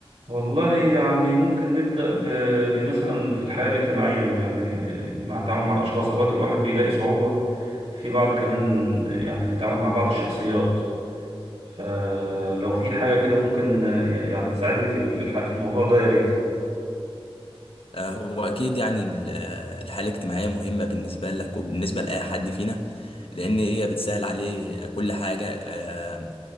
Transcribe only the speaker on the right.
والله يعني ممكن نبدأ ب- بمثلا في الحياة الاجتماعية يعني آه، مع التعامل مع الأشخاص أوقات الواحد بيلاقي صعوبة في بعض كمان آه، يعني في التعامل مع بعض الشخصيات فلو في حاجة كده ممكن آه، يعني تساعدني في ال- في الح- في الموضوع ده يا ريت